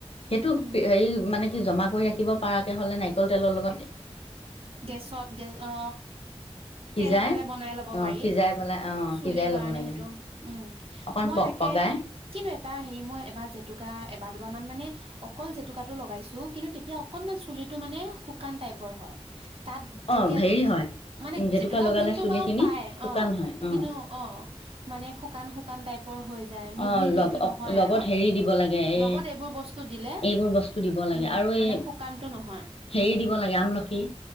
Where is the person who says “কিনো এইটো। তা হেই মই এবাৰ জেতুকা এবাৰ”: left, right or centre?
Right